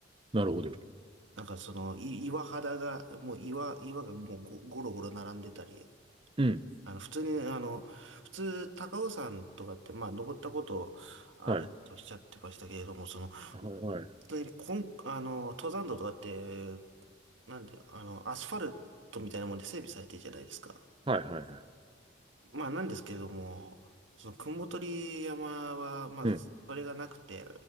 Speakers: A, on the right; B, on the right.
A: なるほど。
B: なんかその、い岩肌が、もう岩、岩がもうゴゴロゴロ並んでたり、
A: うん。
B: あの、普通に、あの、普通、高尾山とかって、まあ、登ったことあるとおっしゃってましたけれども、
A: はい。
B: その、本
A: はい。はい。
B: 当にこん、あの、登山道とかって、なんで、あの、アスファルトみたいなもんで整備されてるじゃないですか。
A: はい。はい。
B: まあ、なんですけれども、その、雲取山は、まあ、
A: うん。
B: それがなくて、